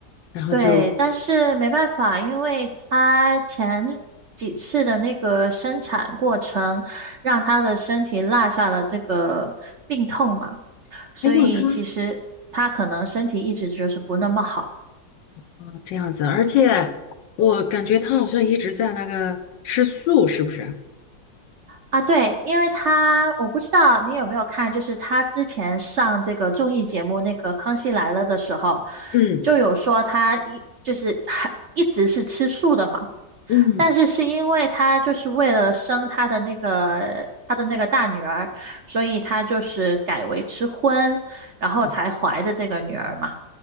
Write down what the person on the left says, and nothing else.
然后就
还有她。啊，这样子，而且我感觉他好像一直在那个吃素，是不是？
嗯
嗯
嗯，